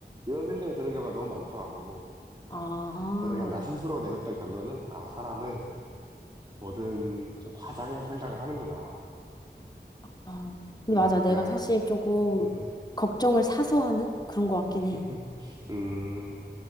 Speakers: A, on the right; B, on the left.
A: 이런 생각이 드는 경우가 너무 많더라고.
B: 아,
A: 어. 그래서 그냥 나 스스로 내렸던 결론은, 아, 사람은 뭐든 좀 과장해서 생각을 하는구나.
B: 아. 근데
A: 음,
B: 맞아. 내가
A: 그냥,
B: 사실 조금
A: 음,
B: 걱정을 사서 하는 그런 것 같긴
A: <laughs>
B: 해.
A: 음,